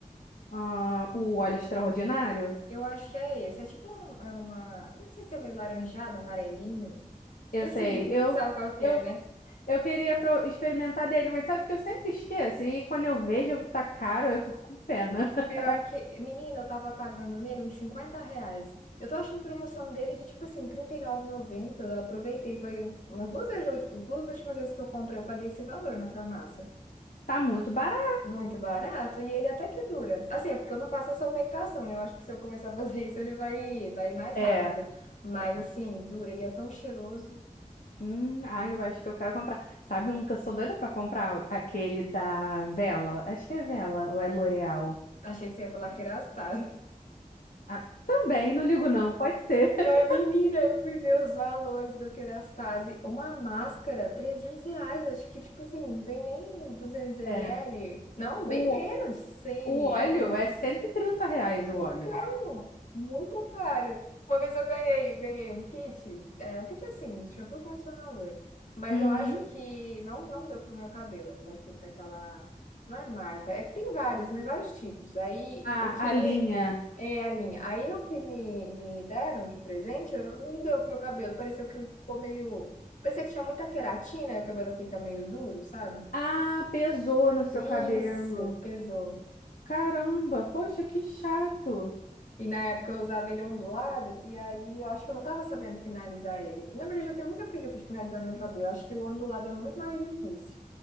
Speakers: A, on the left; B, on the left.
A: Ah, o óleo extraordinário?
B: Eu acho que é esse. É tipo um, é uma, não sei se é meio laranjado, amarelinho.
A: Eu
B: Esse,
A: sei, eu,
B: <laughs> sabe qual que
A: eu,
B: é, né?
A: eu queria pro- experimentar dele, mas sabe que eu sempre esqueço. E quando eu vejo, tá caro, eu fico com pena. <laughs>
B: Pior que, menina, eu tava pagando nele uns 50 reais. Eu tô achando promoção dele de tipo assim, trinta e R$39,90. Eu aproveitei, foi umas duas vezes, as duas últimas vezes que eu comprei, eu paguei esse valor na farmácia.
A: Tá muito barato.
B: Muito barato. E ele até que dura. Assim, é porque eu não faço essa meditação, né? Eu acho que se eu começar a fazer <laughs> isso, ele vai, vai mais
A: É.
B: rápido. Mas,
A: é.
B: assim, dura e é tão cheiroso.
A: Hum, ah, eu acho que eu quero comprar. Sabe um que eu sou doida pra comprar? Aquele da Vela. Acho que é Vela ou é L'Oreal.
B: Achei que você ia falar Kerastase. <laughs>
A: Ah, também, não ligo não, pode ser.
B: Mas,
A: <laughs>
B: menina, eu fui ver os valores do Kerastase. Uma máscara, 300 reais. Acho que, tipo assim, não vem nem duzentos ml.
A: É.
B: Não, bem
A: O,
B: menos, 100
A: o
B: ml.
A: óleo é 130 reais o
B: Então,
A: óleo.
B: muito caro. Uma vez eu ganhei, eu ganhei um kit, é, um kit assim, shampoo e condicionador. Mas
A: Uhum.
B: eu acho que não, não deu pro meu cabelo, daquele, daquela. Não é marca, é que tem vários, né? Vários tipos. Aí
A: Ah,
B: o que
A: a linha.
B: me. É a linha. Aí o que me, me deram de presente, eu, não deu pro meu cabelo. Pareceu que ficou meio. Parecia que tinha muita queratina e o cabelo fica meio duro, sabe?
A: Ah, pesou no seu
B: Isso,
A: cabelo.
B: pesou.
A: Caramba, poxa, que chato.
B: E na época eu usava ele ondulado, e aí eu acho que eu não tava sabendo finalizar ele. Na verdade, eu tenho muita preguiça de finalizar meu cabelo. Acho que o ondulado é muito mais difícil.